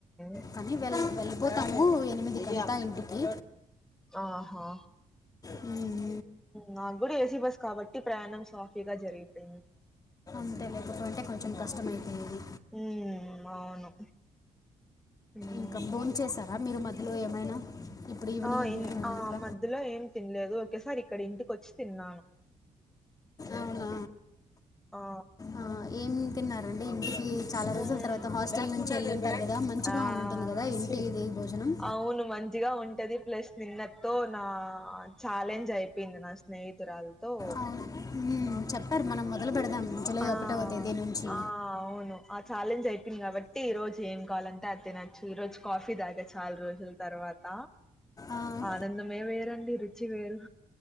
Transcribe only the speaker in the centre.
ఊ
ఆహా
నాకు కూడా ఏసీ బస్ కాబట్టి ప్రయాణం సాఫీగా జరిగిపోయింది
ఉమ్ అవును ఉమ్
ఆ ఇన్
ఆ మధ్యలో ఏం తినలేదు ఒకేసారి ఇక్కడ ఇంటికి వచ్చి తిన్నాను
ఆ
ఉమ్
ఆ
అవును మం మంచిగా ఉంటది ప్లస్ నిన్నతో నా ఛాలెంజ్ అయిపోయింది నా స్నేహితురాలతో
ఆ
ఆ అవును అ ఛాలెంజ్ అయిపోంది కాబట్టి ఈ రోజు ఏం కావాలంటే అ తినచ్చు ఈ రోజు కాఫీ దాగా చాలా రోజులు తర్వాత
ఆనందమే వేరండి రుచి వేరు